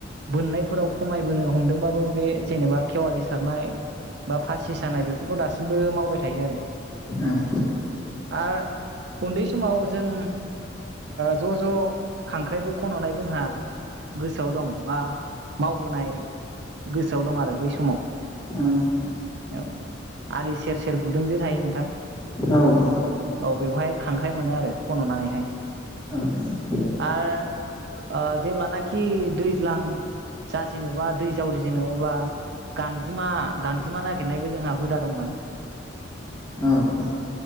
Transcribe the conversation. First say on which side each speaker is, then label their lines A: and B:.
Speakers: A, on the right; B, on the left.
A: बोननाय फोराव खमायबोनो हमदोंबाबो बे जेनेबा खेवालि सारनाय बा फासि सानाय बेफोरखौ दासिमबो मावबाय थायो आरो।
B: औ।
A: आ उन्दै समाव जों ज' ज' खांख्राइबो खन'नाय जोंहा गोसोआव दं बा मावबोनाय गोसोआव दं आरो बै समाव।
B: औ औ।
A: औ आलि सेर सेर गुदुंजे थायो नोंथां।
B: औ औ।
A: औ बेवहाय खांख्राइ मोनो आरो खन'नानैहाय।
B: औ औ।
A: आरो ओ जेब्लानाखि दैज्लां जाजेनोबा दै जावरिजेनो अब्ला गांजेमा गांजेमा नागिरनायबो जोंहा हुदा दंमोन।
B: औ औ